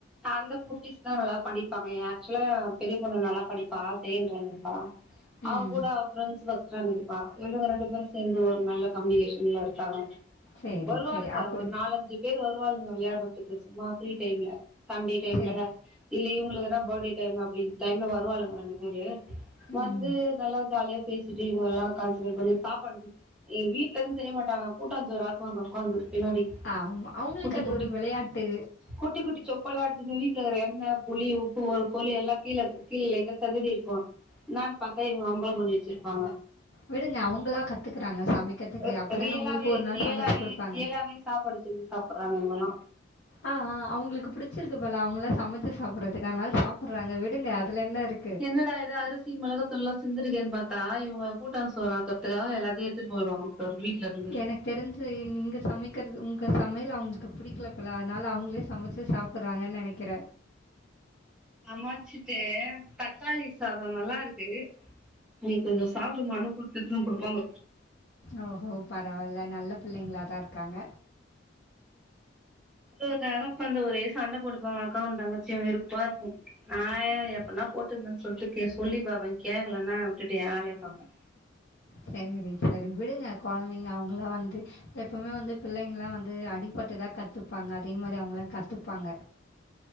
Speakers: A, in the centre; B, on the left (about 65°).
A: அந்த குட்டீஸ்தா நல்லா படிப்பாங்க ஆக்சுவலா பெரிய பொண்ணு நல்லா படிப்பா செகென்ட் ரேங்க் எடுப்பா அவகூட
B: ம்.
A: ப்ரெண்ட்ஸ் ஃபஸ்ட் ரேங்க் எடுப்பா இவளுங்க ரெண்டு பேரு சேர்ந்து ஒரு நல்ல கம்யூனிகேஷன்ல இருக்காங்க
B: சரி,
A: வருவாளுங்க
B: சரி. அப்படி.
A: ஒரு நாலஞ்சு பேர் வருவாளுங்க விளையாட்றதுக்கு சும்மா ஃப்ரீ டைம்ல சண்டே டைம்ல
B: சரி.
A: இல்ல இவுங்களுக்குதா பர்த்டே டைம் அப்டின்னு டைம்ல வருவாளுங்க ரெண்டு பேரு வந்து
B: ம்.
A: நல்லா ஜாலியா பேசிட்டு இவுங்கலலா கன்சிடர் பண்ணி சாப்பாடுக்கு ஏ வீட்ல இருந்து செய்ய மாட்டாங்க கூட்டாஞ்சோறு ஆக்குவாங்க ஒக்காந்து பின்னாடி
B: ஆமா. அவங்களுக்கு
A: குட்டி
B: அது
A: குட்டி
B: ஒரு விளையாட்டு.
A: குட்டி குட்டி சொப் புலா எடுத்துனு வீட்ல இருக்குற எண்ண புளி உப்பு ஒரு பொருளு எல்லா கீழ கீழ லெய்ட்டா செதறி இருக்கோ என்னன்னு பார்த்தா இங்க அமக்கலம் பண்ணி வச்சிருப்பாங்க
B: விடுங்க, அவங்களா கத்துக்குறாங்க சமைக்கிறதுக்கு.
A: அ
B: அப்பதானே
A: ரியலாவே
B: உங்களுக்கு ஒரு நாள்
A: ரியலாவே
B: சமைச்சு குடுப்பாங்க.
A: ரியலாவே சாப்பாடு செஞ்சு சாப்பட்றாங்க இவுங்களா
B: ஆ ஆ அவுங்களுக்கு புடிச்சிருக்கு போல அவுங்களா சமைச்சு சாப்படறதுக்கு அனால சாப்பட்றாங்க விடுங்க அதுல என்ன இருக்
A: என்னடா இது அரிசி மொளகாய் தூள்ல்லா சிந்திருக்கேன்னு பாத்தா இவுங்க கூட்டா சோறு ஆக்கறதுக்காக எல்லாத்தையு எ டுத்துன் போய்டுவாங்கா‌ போல ஒரு வீ்ட்ல இருந்து
B: எனக்கு தெரிஞ்ச இங்க சமைக்கிறது உங்க சமையல் அவுங்களுக்கு புடிக்கல போல அதனால அவுங்களே சமைச்சு சாப்பட்றாங்கன்னு நெனைக்கற
A: சமாச்சுட்டு தக்காளி சாதோ நல்லா இருக்கு நீ கொஞ்சம் சாப்ட்டுபாருனு குடுக்கருது குடுப்பாங்க
B: ஓஹோ பரவால்ல நல்ல பிள்ளைங்களாதா இருக்காங்க
A: ஒரு நேரோ பண்து ஒரே சண்ட போட்டுப்பாங்க அக்காவு தங்கச்சியு வெறுப்பா நா
B: ஆ
A: எப்படின்னா போட்டுக்கங்ன்னு சொல்ட்டு கே சொல்லி பாப்ப கேக்கலனா விட்டுட்டு எ வேலய பாப்ப
B: சரிங்க ரி சரி விடுங்க கொழந்தைங்க அவுங்களா வந்து எப்பவுமே வந்து பிள்ளைங்கல்லா வந்து அடிப்பட்டுதா கத்துப்பாங்க அதே மாரி அவுங்களே கத்துப்பாங்க